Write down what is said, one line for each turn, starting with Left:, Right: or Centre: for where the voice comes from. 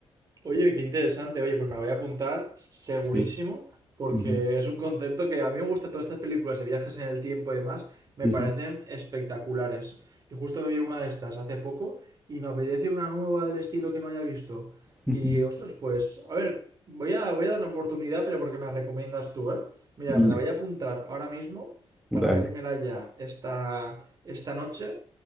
Right: Oye, qué interesante. Oye, pues me la voy a apuntar segurísimo,
Centre: Sí.
Right: porque
Centre: Ujú,
Right: es un concepto que a mí me gusta todas estas películas de viajes en el tiempo y demás, me
Centre: ujú,
Right: parecen espectaculares. Y justo me vi una de estas hace poco y me apetece una nueva del estilo que no haya visto.
Centre: ujú.
Right: Y ostras, pues, a ver, voy a, voy a dar una oportunidad, pero porque me la recomiendas tú, ¿eh? Mira,
Centre: Listo.
Right: me la voy a apuntar ahora mismo
Centre: Dale.
Right: para vérmela ya esta, esta noche.